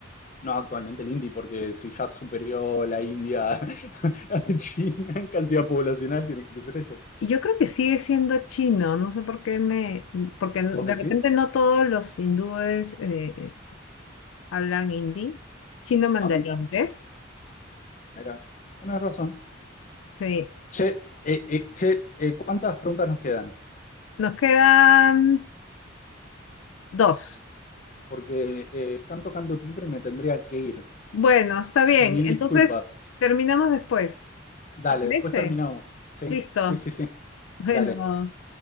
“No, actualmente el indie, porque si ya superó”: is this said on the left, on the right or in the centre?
Left